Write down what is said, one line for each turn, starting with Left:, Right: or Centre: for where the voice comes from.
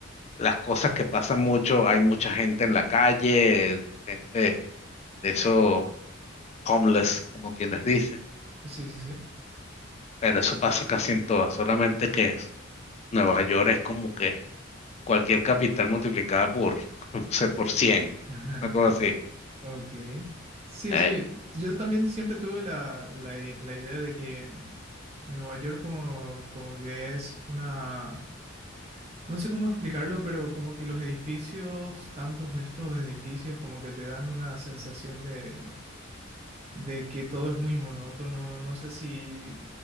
Left: las cosas que pasan mucho. Hay mucha gente en la calle, gente de esos homeless, como quienes dicen
Right: Sí, sí, sí.
Left: pero eso pasa casi en todas, solamente que es- Nueva York es como que cualquier capital multiplicada por, <laughs> no sé, por 100,
Right: <laughs>
Left: una cosa así.
Right: Ok. Sí,
Left: Eh,
Right: sí. Yo también siempre tuve la, la, i- la idea de que Nueva York como, como que es una... No sé cómo explicarlo, pero como que los edificios, tantos estos edificios, como que te dan una sensación de, de que todo es muy monótono. No sé si...